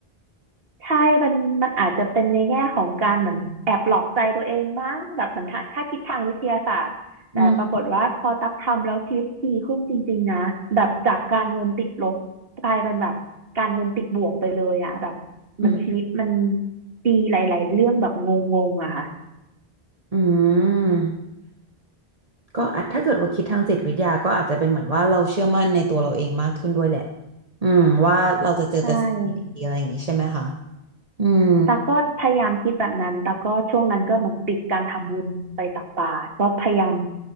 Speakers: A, on the right (about 65°); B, on the right (about 35°).
A: ใช่มันมันอาจจะเป็นในแง่ของการเหมือนแอบหลอกใจตัวเองบ้างแบบเหมือนถ้าถ้าคิดทางวิทยาศาสตร์ แต่ปรากฏว่าพอตักทำแล้วชีวิตดีขึ้นจริงๆนะแบบจากการเงินติดลบกลายเป็นแบบการเงินติดบวกไปเลยอะแบบเหมือนชีวิตมัน
B: อืมอืม
A: ดีหลายๆเรื่องแบบงงๆอะค่ะ
B: อืมก็อาจถ้าเกิดว่าคิดทางจิตวิทยาก็อาจจะเป็นเหมือนว่าเราเชื่อมั่นในตัวเราเองมากขึ้นด้วยแหละอืมว่าเราจะเจอแต่สิ่งดีๆอะไรอย่างนี้ใช่ไหมคะ
A: ใช่
B: อืม
A: ตาก็พยายามคิดแบบนั้นตาก็ช่วงนั้นก็เหมือนปิดการทำบุญไปตักบาตรก็พยายาม